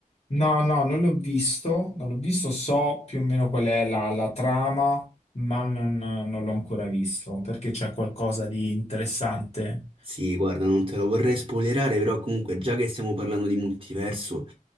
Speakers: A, on the left; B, on the right.
A: No, no, non l'ho visto, non l'ho visto, so più o meno qual è la, la trama, ma non, non l'ho ancora visto perché c'è qualcosa di interessante.
B: Sì, guarda, non te lo vorrei spoilerare, però comunque già che stiamo parlando di multiverso,